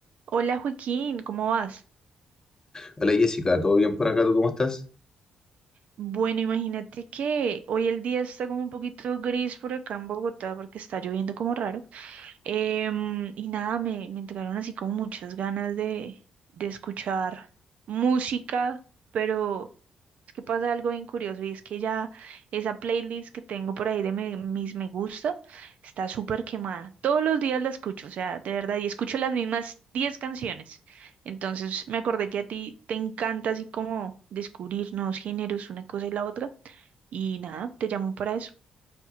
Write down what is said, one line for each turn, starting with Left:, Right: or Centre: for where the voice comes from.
Right: Hola Joaquín, ¿cómo vas?
Left: Hola Jessica, ¿todo bien por acá? ¿Tú cómo estás?
Right: Bueno, imagínate que hoy el día está como un poquito gris por acá en Bogotá porque está lloviendo como raro, Em, y nada, me, me entraron así como muchas ganas de, de escuchar música, pero es que pasa algo bien curioso y es que ya esa playlist que tengo por ahí de me- mis me gusta está súper quemada. Todos los días la escucho, o sea, de verdad, y escucho las mismas 10 canciones. Entonces me acordé que a ti te encanta así como descubrir nuevos géneros, una cosa y la otra, y nada, te llamo para eso.